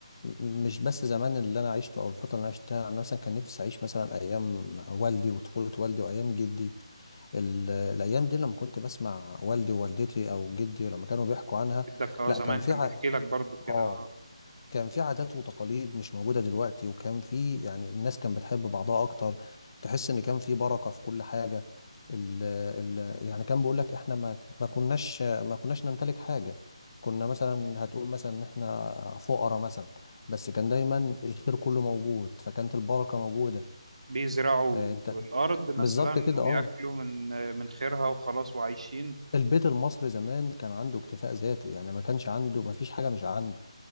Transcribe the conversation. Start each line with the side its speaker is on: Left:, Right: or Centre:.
Left: مش بس زمان اللي أنا عشته أو الفترة اللي أنا عشتها أنا مثلا كان نفسي أعيش مثلا أيام والدي وطفولة والدي وأيام جدي ال- الأيام دي لما كنت بسمع والدي ووالدتي أو جدي لما كانوا بيحكوا عنها
Right: جدك اه
Left: لا
Right: زمان
Left: كان في
Right: كان
Left: ع...
Right: بيحكي لك برضو كده
Left: آه
Right: اه
Left: كان في عادات وتقاليد مش موجودة دلوقتي وكان في يعني الناس كانت بتحب بعضها أكتر تحس إن كان في بركة في كل حاجة ال ال يعني كان بيقول لك إحنا ما ما كناش ما كناش نمتلك حاجة كنا مثلا هتقول مثلا إن إحنا فقراء مثلا بس كان دايما الخير كله موجود فكانت البركة موجودة
Right: بيزرعوا
Left: آه، أنت
Right: الارض مثلا
Left: بالظبط كده
Right: وياكلوا
Left: أه
Right: من من خيرها وخلاص وعايشين
Left: البيت المصري زمان كان عنده اكتفاء ذاتي يعني ما كانش عنده ما فيش حاجة مش عنده